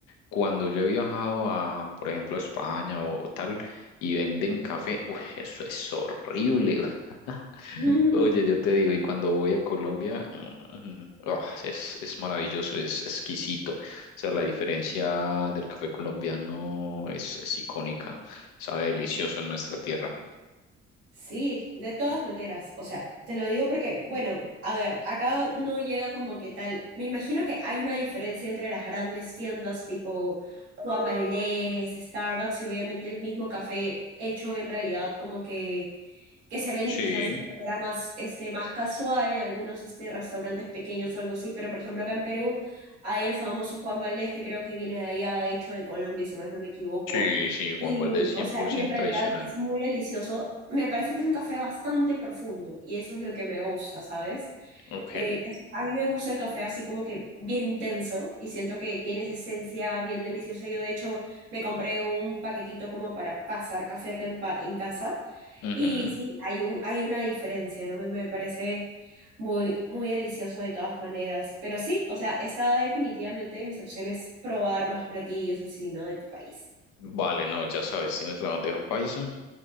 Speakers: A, on the left (about 70°); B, on the right (about 85°).
A: cuando yo he viajado a, por ejemplo, a España o, o tal, y venden café, uy, eso es horrible. <laughs>
B: <laughs>
A: Oye, yo te digo, y cuando voy a Colombia, mm, mm, ah, es, es maravilloso, es exquisito. O sea, la diferencia del café colombiano es, es icónica, sabe delicioso en nuestra tierra.
B: Sí, de todas maneras, o sea, te lo digo porque, bueno, a ver, acá no llega como que tal, me imagino que hay una diferencia entre las grandes tiendas tipo Juan Valdez, Starbucks y obviamente el mismo café hecho en realidad como que que se vende
A: Sí,
B: quizás de manera más, este, más casual en algunos este, restaurantes pequeños o algo así, pero por ejemplo acá en Perú hay el famoso Juan Valdés que creo que viene de allá, de hecho de Colombia, si más no me equivoco.
A: sí, sí, Juan
B: Y,
A: Valdez 100%
B: o sea, y en realidad
A: tradicional.
B: es muy delicioso. Me parece que es un café bastante profundo y eso es lo que me gusta, ¿sabes?
A: Ok.
B: Eh, es- a mí me gusta el café así como que bien intenso y siento que tiene esa esencia bien deliciosa. Yo de hecho me compré un paquetito como para pasar café acá en, pa- en casa
A: ujú.
B: y sí, hay un, hay una diferencia, ¿no? Me, me parece muy, muy delicioso de todas maneras. Pero sí, o sea, está definitivamente de mis opciones probar más platillos así, ¿no? De tu país.
A: Vale, no, ya sabes, tienes la bandeja paisa,